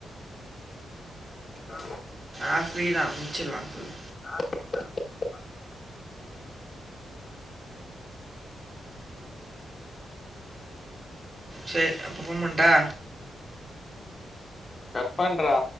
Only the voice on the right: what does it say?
ஆ ஃப்ரீ தா முச்சிலா போய்
செரி அப்ப ஃபோன் பண்ணட்டா